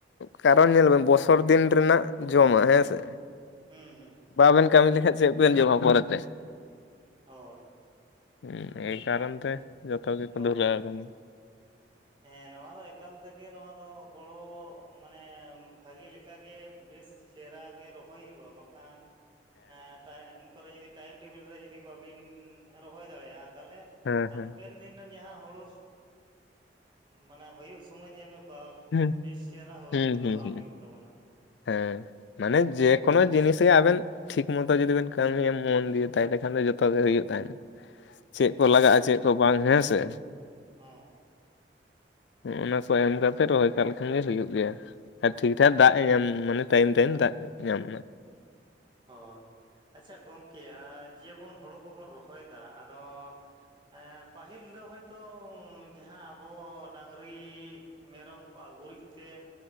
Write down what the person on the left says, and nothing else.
ᱠᱟᱨᱚ ᱧᱮᱞ ᱵᱮᱱ ᱵᱚᱪᱷᱚᱨ ᱫᱤᱱ ᱨᱮᱱᱟᱜ ᱡᱚᱢᱟ ᱦᱮᱸ ᱥᱮ
ᱵᱟᱵᱮᱱ ᱠᱟᱹᱢᱤ ᱞᱮᱠᱷᱟᱱ ᱪᱮᱫ ᱵᱮᱱ ᱡᱚᱢᱟ ᱯᱚᱨᱮᱛᱮ
ᱦᱩᱸ ᱮ ᱠᱟᱨᱚᱱ ᱛᱮ ᱡᱚᱛᱚ ᱜᱮᱠᱚ
ᱫᱷᱩᱞᱟᱹ ᱠᱟᱱᱟ
ᱦᱮᱸ
ᱦᱮᱸ ᱦᱮᱸ
ᱦᱩᱸ
ᱦᱩᱸ
ᱦᱩᱸ
ᱦᱩᱸ
ᱦᱮᱸ ᱢᱟᱱᱮ ᱡᱮ ᱠᱚᱱᱳ ᱡᱤᱱᱤᱥ ᱜᱮ ᱟᱵᱮᱱ ᱴᱷᱤᱠ ᱢᱚᱛᱚ ᱡᱩᱫᱤ ᱵᱮᱱ ᱠᱟᱹᱢᱤᱭᱟ ᱢᱚᱱ ᱫᱤᱭᱮ ᱛᱟᱦᱚᱞᱮ ᱠᱷᱟᱱ ᱫᱚ ᱡᱚᱛᱚ ᱜᱮ ᱦᱩᱭᱩᱜ ᱛᱟᱦᱮᱱᱟ᱾
ᱪᱮᱫ ᱠᱚ ᱞᱟᱜᱟᱜᱼᱟ ᱪᱮᱫ ᱠᱚ ᱵᱟᱝ ᱦᱮᱸ ᱥᱮ
ᱚᱱᱟ ᱠᱚ ᱮᱢ ᱠᱟᱛᱮᱜ ᱨᱚᱦᱚᱭ ᱠᱟᱜ ᱞᱮᱠᱷᱟᱱ ᱜᱮ ᱦᱩᱭᱩᱜ ᱜᱮᱭᱟ ᱟᱨ ᱴᱷᱤᱠ ᱴᱷᱟᱠ ᱫᱟᱜ ᱮ ᱧᱟᱢ ᱢᱟᱱᱮ ᱴᱟᱭᱤᱢ ᱴᱟᱭᱤᱢ ᱫᱟᱜ ᱧᱟᱢ